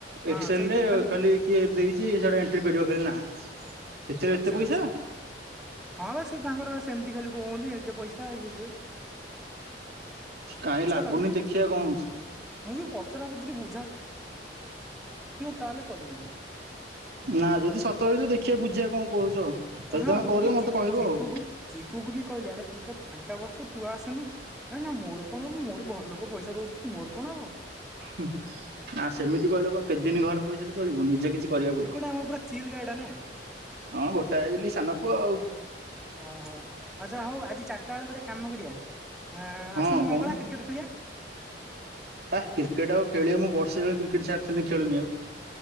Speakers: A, in the centre; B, on the right.
A: ହଁ
B: ଏକ୍ସଲ
A: ସେଇଥିରେ
B: ରେ ଖାଲି କିଏ ଦେଇଛି ସେଟା ଏଣ୍ଟ୍ରି କରିବ ଖାଲି ନା। ସେଥିରେ
A: ଆଚ୍ଛା
B: ଏତେ ପଇସା
A: ଆଚ୍ଛା ହଁ ବା ସେ ତାଙ୍କର ବା ସେମତି ଖାଲି କୁହନ୍ତି ଏତେ ପଇସା ସେ ହେଇ ସ <unintelligible>
B: କାହିଁ ଲାଗୁନି
A: ଲାଗୁଛି
B: ଦେଖିବା କ'ଣ ହଉଛି।
A: ମୁଁ ବି ପଚରା ପଚରି ବହୁ ତାହେଲେ କରିବିନି।
B: ନା ଯଦି ସତ ହେଇଥିବ ଦେଖିବା ବୁଝିବା କଣ କରୁଛ ଆଉ। ଯଦି
A: ହଁ
B: ତମେ
A: ମୁଁ
B: କରିବ
A: ବି
B: ମତେ
A: ଚିକୁୁକୁ
B: କହିବ ଆଉ
A: ଚିକୁୁକୁୁ ବି କହିଲି ଆରେ ତୁ ତ ଫାଙ୍କା ବସଛୁ ତୁ ଆସୁନୁ ନା ନା ମୋର କଣ ହବ ମୋର ଘର ଲୋକ ପଇସା ଦଉଛନ୍ତିୁୁ ମୋର କଣ ହବ
B: ନା ସେମିତି କହିଲ କଣ କେତେଦିନ ଘର ପଇସାରେ ଚଳିବୁ ନିଜେ କିଛି କରିବାକୁ ପଡିବ
A: ସେକୁଡା ଆମର ପୁରା ଚିଲ ଗାଡା ନା
B: ହଁ ଗୋଟାଏ ବୋଲି ସାନ ପୁଅ ଆଉ।
A: ଓହୋ ଆଚ୍ଛା ହଉ ଆଜି ଚାରିଟା ବେଳେ ଗୋଟେ କାମ କରିବା। ହ
B: ହଁ
A: ଆସୁନୂ
B: କହୁନୁ
A: ମଙ୍ଗଳା କ୍ରିକେଟ୍ ଖେଳିଆ
B: ଆ କ୍ରିକେଟ ଆଉ ଖେଳିବା ମୁଁ ବର୍ଷେ ହେଲାଣି କ୍ରିକେଟ ଛାଡିଥିଲି ଖେଳୁନି ଆଉ।